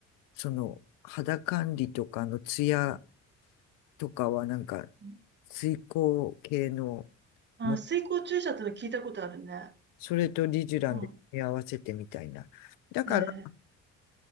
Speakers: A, on the left; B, on the right.
A: その、肌管理とかのツヤ
B: うん。
A: とかは、なんか、
B: うん。
A: 水光系の
B: あ、
A: も、
B: 水光注射っての聞いたことあるね。
A: それとリジュランで組み合わせてみたいな。
B: うん。
A: だから、
B: へえ。